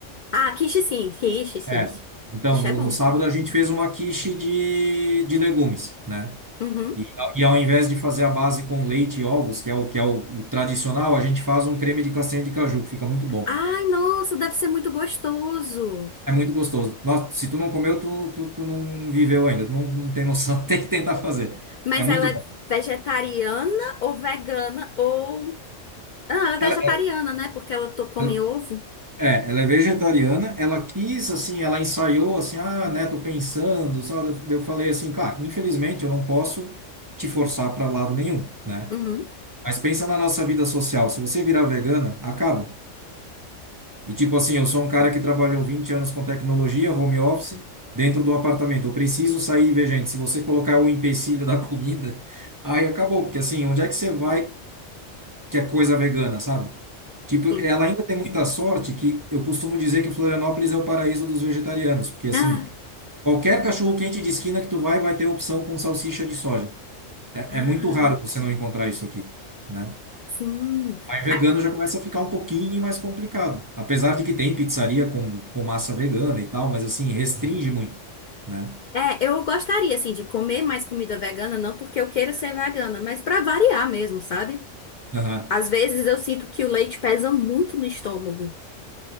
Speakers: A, on the left (about 65°); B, on the right (about 30°).
A: Ah, quiche sim, quiche, quiche.
B: É. Então,
A: Quiche
B: no,
A: é bom.
B: no sábado a gente fez uma quiche de, de legumes, né?
A: Uhum.
B: E, e ao invés de fazer a base com leite e ovos, que é o que é o, o tradicional, a gente faz um creme de castanha de caju, que fica muito bom.
A: Ai, nossa, deve ser muito gostoso.
B: É muito gostoso. Nossa, se tu não comeu, tu, tu, tu não viveu ainda. Não, não tem noção. <laughs> Tem que tentar fazer.
A: Mas
B: É muito
A: ela é
B: bom.
A: vegetariana ou vegana ou. Ah, ela é vegetariana,
B: Ela,
A: né? Porque ela to- come
B: ela-
A: ovo.
B: é, ela é vegetariana. Ela quis, assim, ela ensaiou, assim, ah, né, tô pensando, sabe? Daí Eu falei assim, cara, infelizmente eu não posso te forçar para lado nenhum, né?
A: Uhum,
B: Mas pensa na nossa vida social. Se você virar vegana, acaba. E tipo assim, eu sou um cara que trabalhou 20 anos com tecnologia, home office, dentro do apartamento. Eu preciso sair e ver gente. Se você colocar o empecilho da comida, <laughs> aí acabou. Porque assim, onde é que você vai que é coisa vegana, sabe? Tipo,
A: sim.
B: ela ainda tem muita sorte que eu costumo dizer que Florianópolis é o paraíso dos vegetarianos. Porque assim,
A: Ah,
B: qualquer cachorro-quente de esquina que tu vai, vai ter opção com salsicha de soja. É,
A: ah,
B: é muito raro você não encontrar isso aqui, né?
A: sim.
B: Aí vegano
A: Ah,
B: já começa a ficar um pouquinho mais complicado. Apesar de que tem pizzaria com, com massa vegana e tal, mas assim, restringe muito, né?
A: É, eu gostaria, assim, de comer mais comida vegana, não porque eu queira ser vegana, mas pra variar mesmo, sabe?
B: Aham.
A: Às vezes eu sinto que o leite pesa muito no estômago.